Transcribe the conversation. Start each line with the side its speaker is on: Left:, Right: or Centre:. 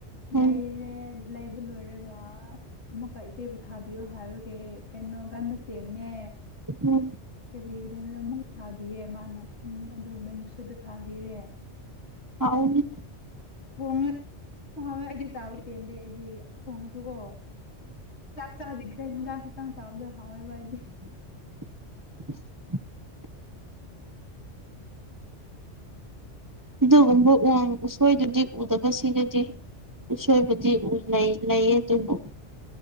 Right: ꯎꯝ
Left: ꯂꯩꯔꯦ ꯂꯩꯕ ꯂꯣꯏꯔꯒ ꯑꯃꯨꯛꯀꯥ ꯏꯆꯦꯕꯨ ꯊꯥꯕꯤꯌꯣ ꯍꯥꯏꯕꯒꯤ ꯀꯩꯅꯣ ꯒꯥꯟꯅ ꯆꯦꯡꯅꯦ
Right: ꯎꯝ
Left: ꯀꯔꯤ <unintelligible> ꯑꯃꯨꯛꯀꯥ ꯊꯥꯕꯤꯌꯦ ꯃꯥꯅ ꯑꯗꯨ ꯕꯦꯝꯕꯨꯁꯨꯗꯣ ꯊꯥꯕꯤꯔꯦ
Right: ꯍꯥꯎꯅꯤ
Left: ꯊꯣꯡꯉ ꯍꯥꯎꯏ ꯑꯩꯗꯤ ꯆꯥꯕ ꯄꯦꯟꯗꯦ ꯑꯩꯗꯤ ꯊꯣꯡꯉꯁꯨꯀꯣ ꯆꯆꯥ ꯍꯗ ꯍꯤꯗꯥꯛꯡꯈꯛꯇꯪ ꯇꯥꯕꯗꯣ ꯍꯥꯎꯋꯦꯕ ꯍꯥꯏꯗꯤ
Right: <unintelligible> ꯑꯗꯨꯒꯨꯝꯕ ꯎꯡ ꯎꯁꯣꯏꯗꯨꯗꯤ ꯎꯗꯕ ꯁꯤꯅꯗꯤ ꯏꯁꯁꯣꯏꯕꯨꯗꯤ ꯂꯩ ꯂꯩꯌꯦ ꯑꯗꯨꯕꯨ